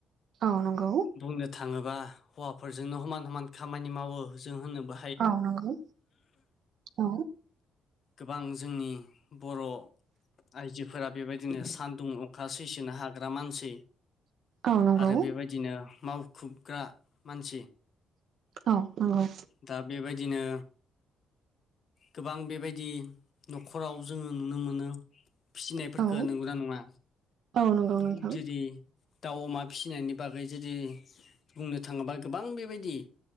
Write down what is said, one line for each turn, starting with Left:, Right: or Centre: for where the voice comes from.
Right: औ नंगौ।
Left: बुंनो थाङोबा हौवाफोरजोंनो हमान हमान खामानि मावो जों होनोबा
Right: औ नंगौ औ।
Left: गोबां जोंनि बर' आइजोफोरा बेबायदिनो सानदुं अखा सैसोननो हाग्रा मानसि
Right: औ नंगौ
Left: आरो बेबायदिनो मावखुबग्रा मानसि।
Right: औ नंगौ।
Left: दा बेबायदिनो गोबां बेबायदि न'खराव जोङो नुनो मोनो फिसिनायफोरखौ
Right: औ
Left: नंगौना नङा?
Right: औ नंगौ
Left: <unintelligible>
Right: नोंथां
Left: दाउ अमा फिसिनायनि बागै जुदि बुंनो थाङोबा गोबां बेबायदि